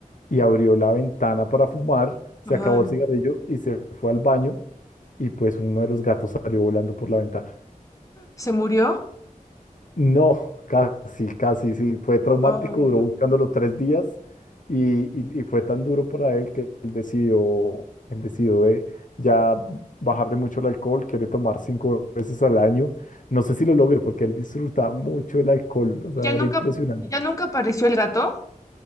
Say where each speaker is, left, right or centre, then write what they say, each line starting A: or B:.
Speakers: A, on the left; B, on the left.
A: y abrió la ventana para fumar, se
B: Ay,
A: acabó el cigarrillo y se fue al baño y pues uno de los gatos salió volando por la ventana.
B: ¿se murió?
A: No, casi, casi, sí, fue traumático,
B: Ay,
A: duró buscándolo tres días y, y- y fue tan duro para él que él decidió, él decidió de ya bajarle mucho el alcohol, quiere tomar cinco veces al año. No sé si lo logre porque él disfrutaba mucho el alcohol, o sea,
B: ¿Ya nunca,
A: era impresionante
B: ya nunca apareció el gato?